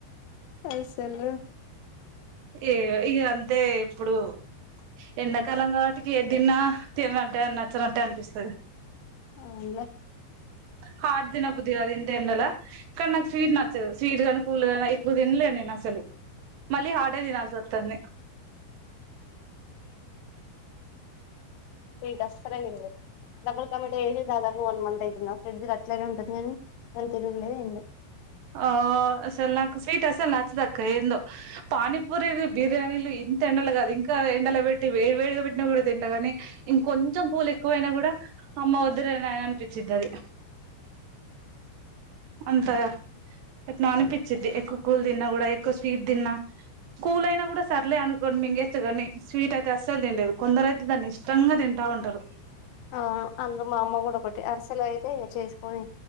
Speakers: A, on the left; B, on the right.
A: అసలు
B: ఏ ఇక అంతే ఇప్పుడు ఎండాకాలం కాబట్టి ఏదిిన్నా తిననట్టే నచ్చనట్టే అనిపిస్తుంది
A: అవునులే
B: హాట్ తినబుద్ధీ కాదు ఎంత ఎండల కానీ నాకు స్వీట్ నచ్చదు స్వీట్ గానీ కూల్ గానీ ఎక్కువ తిినలేను నేను అసలు మళ్ళీ హాట్ తినాల్సి వస్తుంది
A: ఈ దస్తరాయండి గా డబ్బుక మీట చేసి దాదాపు వన్ మంత్ అవుతుందా ఫ్రిడ్జ్ అట్లానే ఉంటంది కాని దాని తినుడూ లేదు ఆమ్ లేదు
B: ఆ అసలు నాకు స్వీట్ అసలు నచ్చదు అక్క ఏంటో పనిిపుూరి బిర్యానీిలి ఇంత ఎండలు కాదు ఇంకా ఎండల పెట్టి వేడి వేడిగా పెట్టిన కూడా తింటగా ఇంకొంచం కూలి ఎక్కువైనా కూడా అమ్మ వద్దరనాయన అనిపించింతదీ అంత ఎట్నో అనిపించిది ఎక్కువ కూల్ తిన్నా కూడా ఎక్కువ స్వీట్ తిన్నా కూల్ అయినా కూడా సర్లే అనుకోండి మింగేస్త కాని స్వీట్ అయి అస్సలు తిండేది కొందరు అయితే దాన్ని ఇష్టంగా తింటా ఉంటారు
A: అవును అందులో మా అమ్మ కూడా ఒకటి అరిసెలో అయితే చేసుకొని